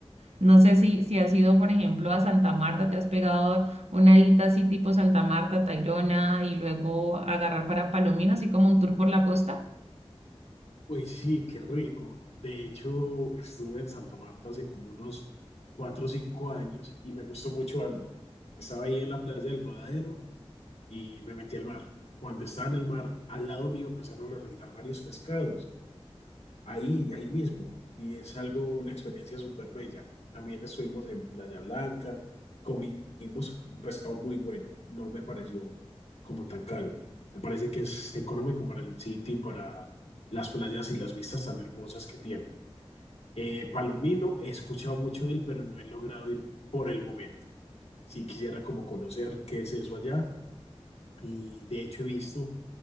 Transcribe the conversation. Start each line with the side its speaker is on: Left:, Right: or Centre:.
Right: No sé si, si has ido, por ejemplo, a Santa Marta, te has pegado una edita así tipo Santa Marta, Tayrona y luego agarrar para Palomino, así como un tour por la costa.
Left: uy sí, qué rico. De hecho, estuve en Santa Marta hace como unos cuatro o cinco años y me gustó mucho algo. Estaba ahí en la playa del Rodadero y me metí al mar. Cuando estaba en el mar, al lado mío empezaron a saltar varios pescados ahí, ahí mismo. Y es algo, una experiencia súper bella. También estuvimos en Playa Blanca, comimos un pescado muy bueno, no me pareció como tan caro. Me parece que es económico para el sitio y para las playas y las vistas tan hermosas que tiene. Eh, Palomino, he escuchado mucho de él, pero no he logrado ir por el momento. Sí quisiera como conocer qué es eso allá y de hecho he visto